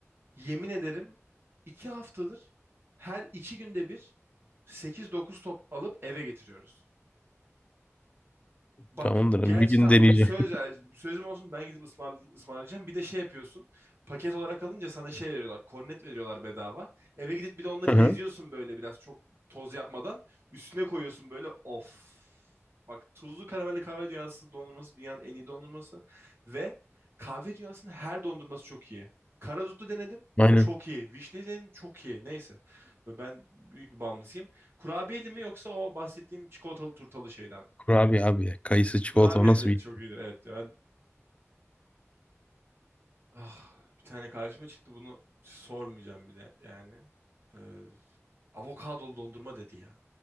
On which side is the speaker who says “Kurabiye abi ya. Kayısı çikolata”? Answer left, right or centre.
Left